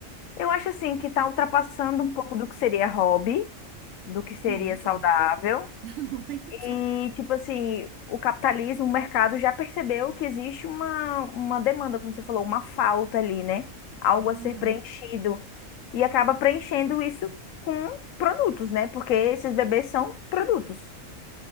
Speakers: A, on the left (about 80°); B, on the right (about 70°).
A: eu acho assim que tá ultrapassando um pouco do que seria hobby, do que seria
B: Muito,
A: saudável.
B: <laughs> muito.
A: E, tipo assim, o capitalismo, o mercado já percebeu que existe uma, uma demanda, como você falou, uma falta ali, né? Algo a
B: Uhum.
A: ser preenchido. E acaba preenchendo isso com produtos, né? Porque esses bebês são produtos.